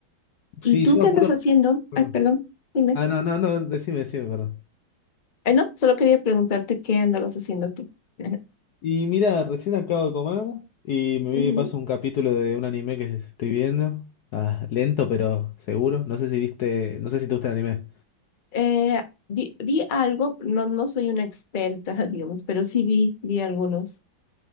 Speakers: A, on the left (about 65°); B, on the left (about 35°).
A: Sí,
B: ¿Y tú
A: yo me
B: qué
A: acuerdo.
B: andas haciendo?
A: perdón.
B: Ay, perdón, dime.
A: Ah, no, no, no, decime, decime, perdón.
B: Ay, no, solo quería preguntarte qué andabas haciendo tú. <laughs>
A: Y mira, recién acabo de comer y me vi
B: Ujú.
A: de paso un capítulo de un anime que estoy viendo. Ah, lento, pero seguro. No sé si viste, no sé si te gusta el anime.
B: Eh, vi vi algo, no, no soy una experta, <laughs> digamos, pero sí vi, vi algunos.